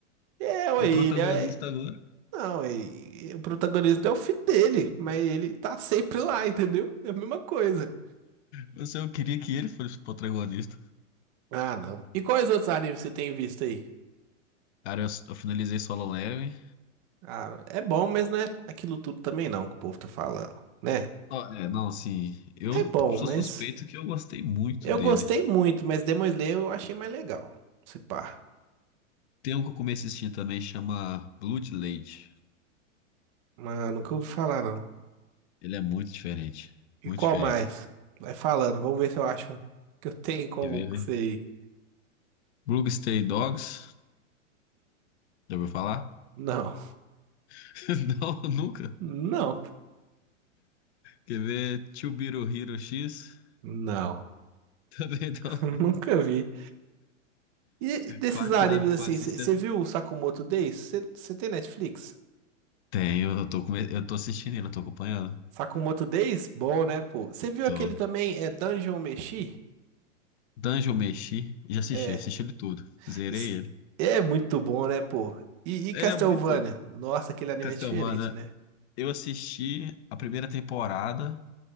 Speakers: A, on the right; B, on the left.
A: É, ué,
B: O
A: ele
B: protagonista
A: é...
B: agora.
A: Não, e- o protagonista é o filho dele, mas ele tá sempre lá, entendeu? É a mesma coisa.
B: Mas eu queria que ele fosse o protagonista.
A: Ah, não. E quais outros animes você tem visto aí?
B: Cara, eu, eu finalizei Solo Leveling.
A: Ah, é bom, mas não é aquilo tudo também não que o povo tá falando, né?
B: Ó, é, não, assim, eu
A: É bom,
B: sou
A: mas
B: suspeito que eu gostei muito
A: eu
B: dele.
A: gostei muito, mas Demon Slayer eu achei mais legal. Se pá.
B: Tem um que eu comecei a assistir também, chama Bloodlade.
A: Mano, nunca ouvi falar não.
B: Ele é muito diferente.
A: E
B: Muito
A: qual
B: diferente.
A: mais? Vai falando, vamos ver se eu acho um que eu tenho como
B: Quer ver?
A: que
B: ver?
A: sei.
B: Blue Stray Dogs. Já ouviu falar?
A: Não,
B: <laughs> Não, nunca.
A: não,
B: Quer ver? Chubiro Hero X.
A: não.
B: <laughs> Também
A: <laughs>
B: não.
A: Nunca vi. E desses
B: Quase
A: animes
B: que os amigos
A: assim,
B: assistem.
A: você viu o Sakamoto Days? Você tem Netflix?
B: Tem, eu tô, come... eu tô assistindo ele, eu tô acompanhando.
A: Sakamoto Days? Bom, né, pô? Você viu
B: Tô.
A: aquele também, é Dungeon Meshi?
B: Dungeon Meshi, já assisti,
A: É.
B: assisti ele tudo. Zerei
A: Isso
B: ele.
A: É muito bom, né, pô? E, e
B: Ele
A: Castlevania?
B: é muito
A: Nossa, aquele anime
B: Castlevania.
A: é diferente, né?
B: Eu assisti a primeira temporada,